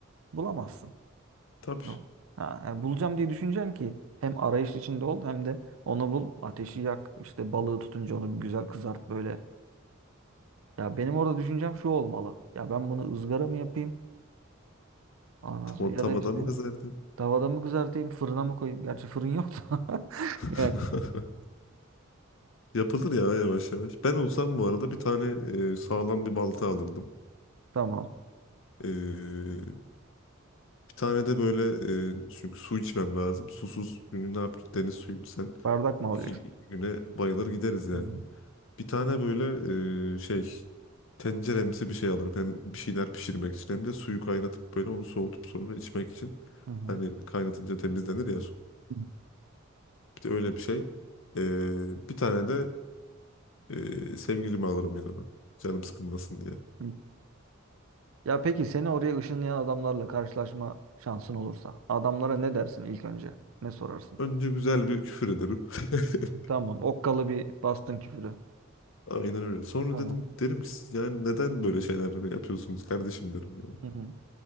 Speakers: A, on the right (about 75°); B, on the left (about 65°).
A: bulamazsın.
B: Tabii.
A: Tamam. Ha, yani bulacağım diye düşüneceksin ki hem arayış içinde ol hem de onu bul, ateşi yak, işte balığı tutunca onu bir güzel kızart böyle. Ya benim orada düşüncem şu olmalı. Ya ben bunu ızgara mı yapayım? Ondan
B: Tava,
A: sonra ya
B: tavada
A: da işte
B: mı kızardın?
A: tavada mı kızartayım, fırına mı koyayım? Gerçi fırın yok da. <laughs>
B: <laughs>
A: Yani
B: Yapılır ya yavaş yavaş. Ben olsam bu arada bir tane e, sağlam bir balta alırdım.
A: tamam.
B: E, Bir tane de böyle e, çünkü su içmem lazım. Susuz günü ne yap deniz suyu içsen
A: Bardak mı
B: iki,
A: alacaksın?
B: iki güne bayılır gideriz yani.
A: Hı hı.
B: Bir tane böyle e, şey tenceremsi bir şey alırım. Hem bir şeyler pişirmek için hem de suyu kaynatıp böyle onu soğutup sonra içmek için.
A: Hı hı.
B: Hani kaynatınca temizlenir ya su.
A: Hı.
B: Bir de öyle bir şey. E, bir tane de e, sevgilimi alırım yanıma. Canım sıkılmasın diye.
A: hı. Ya peki seni oraya ışınlayan adamlarla karşılaşma şansın olursa adamlara ne dersin ilk önce? Ne sorarsın?
B: Önce güzel bir küfür ederim. <laughs>
A: Tamam. Okkalı bir bastın küfürü.
B: Aynen öyle. Sonra
A: Tamam.
B: dedim derim ki "Siz yani neden böyle şeyler yapıyorsunuz kardeşim derim ya.
A: Hı hı.